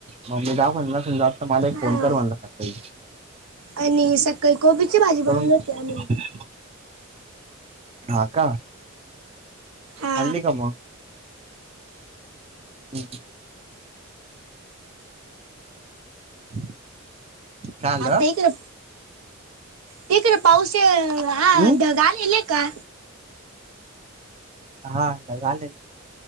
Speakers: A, on the right; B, on the right.
A: म्हटलं दवाखान्यात नसेल जात. तर माले एक
B: हा
A: फोन कर म्हणल सकाळी.
B: आणि सकाळी कोबीची भाजी बनवली
A: <unintelligible>
B: होती आम्ही
A: हा का.
B: हा
A: आणले का मग? <inaudible> <inaudible> काय आलं
B: हा ते तर ते तर पाऊस आ
A: हम्म
B: ढग आलेले आहे का?
A: हा आता झालेत